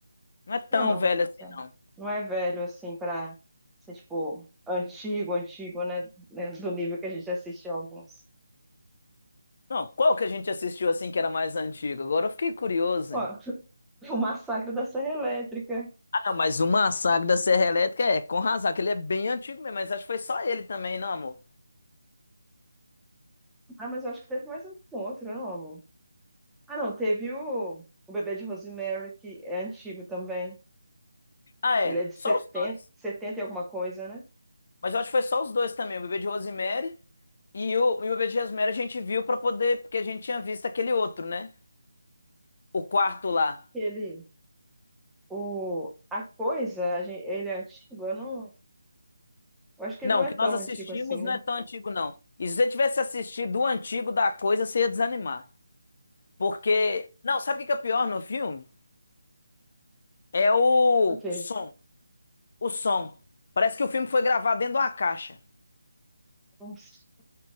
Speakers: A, on the left (about 50°); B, in the centre.
A: Não é tão
B: Ah, não.
A: velho assim,
B: É.
A: não.
B: Não é velho, assim, pra ser, tipo, antigo, antigo, né? né, Do nível que a gente assiste alguns.
A: Não, qual que a gente assistiu assim que era mais antigo? Agora eu fiquei curioso,
B: Ó,
A: hein?
B: <laughs> o Massacre da Serra Elétrica.
A: Ah, não, mas o Massacre da Serra Elétrica é com razão, que ele é bem antigo mesmo, mas acho que foi só ele também, não, amor?
B: Ah, mas eu acho que teve mais um outro, não, amor? Ah, não, teve o, o Bebê de Rosemary, que é antigo também.
A: Ah, é,
B: Ele é de
A: só
B: setenta
A: os dois.
B: 70 e alguma coisa, né?
A: Mas eu acho que foi só os dois também, o Bebê de Rosemary e o, e o Bebê de Rosemary a gente viu pra poder, porque a gente tinha visto aquele outro, né? O quarto lá.
B: que ele o a coisa a gen- ele é antigo eu não eu acho que
A: Não,
B: ele não é
A: o que
B: tão
A: nós assistimos
B: antigo assim né
A: não é tão antigo, não. E se você tivesse assistido o antigo da coisa, você ia desanimar. Porque. Não, sabe o que que é pior no filme? É o
B: Ok.
A: som. O som. Parece que o filme foi gravado dentro de uma caixa.
B: Nossa.